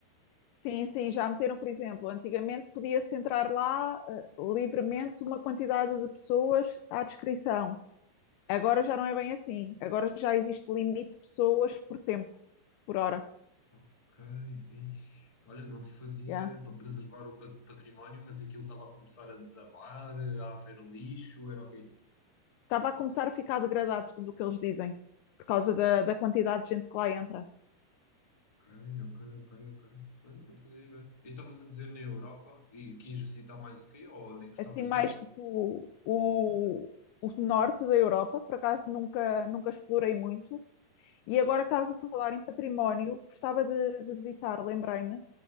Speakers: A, on the left (about 80°); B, on the left (about 15°).
A: Sim, sim, já meteram, por exemplo, antigamente podia-se entrar lá eh, livremente uma quantidade de pessoas à descrição. Agora já não é bem assim. Agora já existe limite de pessoas por tempo, por hora.
B: Ok. Ixi. Olha, não fazia
A: Yeah.
B: ideia para preservar o pa- património, mas aquilo estava a começar a desabar, a haver lixo, era ok.
A: Estava a começar a ficar degradado do que eles dizem, por causa da, da quantidade de gente que lá entra.
B: Ok, ok, ok, ok. Olha, não fazia ideia. E estavas a dizer na Europa e quis visitar mais o quê? Ou onde é que gostavas
A: assim mais
B: de ir?
A: tipo o, o norte da Europa, por acaso nunca, nunca explorei muito. E agora que estavas a falar em património, gostava de, de visitar, lembrei-me,